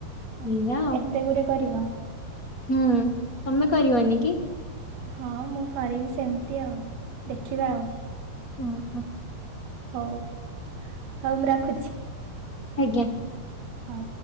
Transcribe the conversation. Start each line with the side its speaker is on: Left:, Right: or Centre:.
Right: ଓହୋ
Left: ଏଇଆ ଆଉ।
Right: ଏତେ ଗୁରେ କରିବ।
Left: ହୁଁ ତମେ କରିବନି କି?
Right: <inaudible> ହଁ ମୁଁ କରିବି ସେମ ତି ଆଉ ଦେଖିବା ଆଉ।
Left: ଓ ହୋ।
Right: ହଉ <inaudible> ହଉ ମୁଁ ରଖୁଛି।
Left: ଆଜ୍ଞା।
Right: ହଁ।